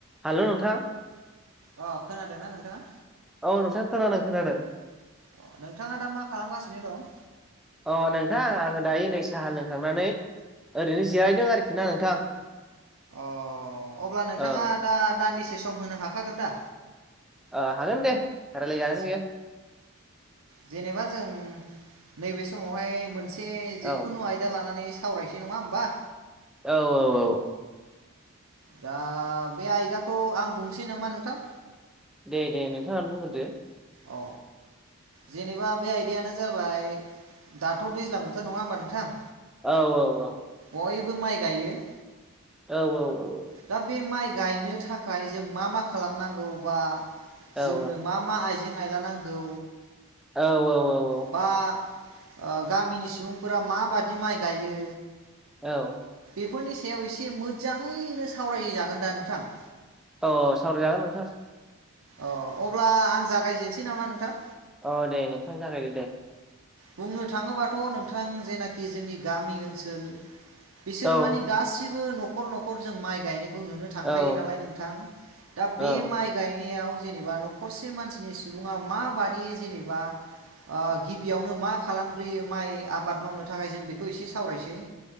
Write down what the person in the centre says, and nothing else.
Hello नोंथां
औ नोंथां खोनादों खोनादों
अ नोंथां आङो दायो नै साहा लोंखांनानै ओरैनो जिरायदों आरोखि ना नोंथां
औ
ओ हागोन दे रायलाय जागोन बियो
औ
औ औ औ
दे दे नोंथाङा बुंग्रोदो
औ औ औ
औ औ औ
औ
औ औ औ औ
औ
औ सावराय जागोन नोंथां
अ दे नोंथां जागायदो दे
औ
औ
औ